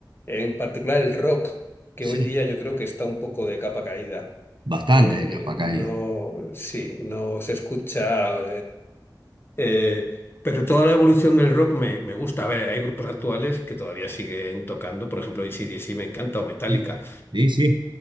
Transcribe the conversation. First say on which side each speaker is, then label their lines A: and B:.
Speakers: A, on the left (about 30°); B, on the right (about 75°).
A: en particular el rock, que
B: sí,
A: hoy día yo creo que está un poco de capa caída.
B: bastante
A: Eh,
B: de capa caída.
A: no, sí, no se escucha. Eh, pero toda la evolución del rock me, me gusta. A ver, hay grupos actuales que todavía siguen tocando, por ejemplo, AC/DC me encanta, o Metallica,
B: Sí, sí. sí.